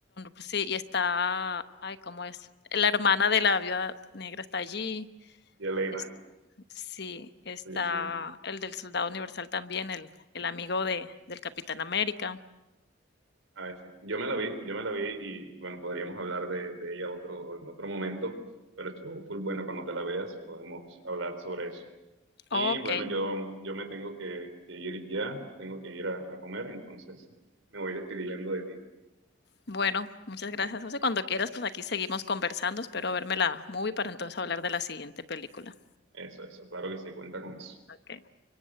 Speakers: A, on the left; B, on the right.
A: sí, y está, ay, ¿cómo es? La hermana de la viuda negra está allí.
B: Y Elena.
A: es- sí, está
B: Sí, sí.
A: el del Soldado Universal también, el, el amigo de, del Capitán América.
B: A veces. Yo me la vi, yo me la vi y bueno, podríamos hablar de, de ella otro, en otro momento, pero estuvo full buena cuando te la veas, podemos hablar sobre eso. Y
A: Ok,
B: bueno, yo, yo me tengo que, que ir ya, tengo que ir a, a comer, entonces me voy despidiendo de ti.
A: bueno, muchas gracias, José. Cuando quieras, pues aquí seguimos conversando. Espero verme la movie para entonces hablar de la siguiente película.
B: Eso, eso, claro que sí, cuenta con eso.
A: Ok.